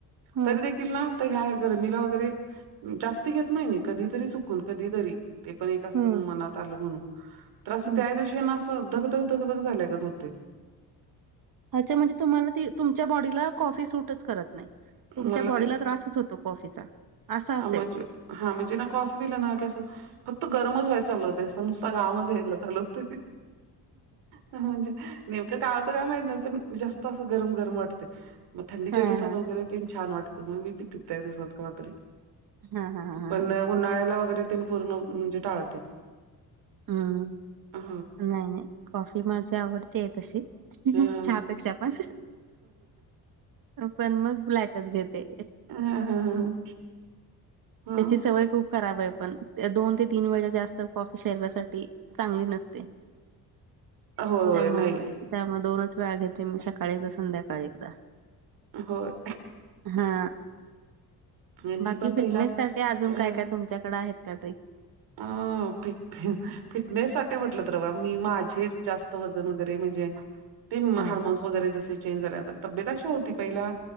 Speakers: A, on the right; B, on the right.
A: हम्म
B: तरी देखील ना आता ह्या गरमी ला वगरे जास्ती घेत नाही कधीतरी चुकून कधी तरी ते पण एक अस
A: हम्म
B: मनात आलं म्हणून तर असं
A: हम्म
B: त्या दिवशी ना असं धगधग धगधग झाल्या गत होतय
A: अचछा म्हणजे तुम्हाला त तुमच्या बॉडीला कॉफी सूटच करत नाही तुमच्या
B: मला
A: बॉडीला त्रासच होत तो कॉफीचा असा असेल.
B: ह म्हजे हा म्हजे ना कॉफी पिलिना कस फक्त गरमच व्हाय चाल होतते स नुसता गरमचच यायला चालू होत म्हणजे नेमकं काय होता काय माहत नाही पण जास्त असं गरम गरम वाटते मग थंडीच्या
A: हां
B: दिवसात
A: हां
B: वगैरे ते छान वात मग मी पितेत त्या दिवसात मग कवा तरी
A: हां हां हां
B: पण
A: हां
B: उन्हाळ्याला वगैरे ते पूर्ण म्हणजे टाळते
A: हम्म
B: हं
A: नाही नाही कॉफी माझी आवडती आहे तशी
B: हं
A: चहापेक्षा पण पण मग ब्लॅकच घेते
B: हं हं हं हं
A: त्याची सवय खूप खराब आहे पण दोन ते तीन वेळे जास्त कॉफी शरीरासाठी चांगली नसते
B: होय होय
A: त्यामुळे
B: नाही
A: त्यामुळे दोनच वेळा घेते मी सकाळी एकदा संध्याकाळी एकदा
B: होय
A: हा
B: मी
A: बाकी
B: पण
A: फिटनेस
B: पहिला
A: साठी अजून
B: च
A: काय काय तुमच्याकडे आहेत का ट्री
B: अ फिट फिटनेस साटी म्हटलं तर बा मी माझेच जास्त वजन वगैरे म्हणजे ते
A: हा
B: हार्मन्स वगैरे जे चें झाल्या तर तब्येत अशी हो ती पहिला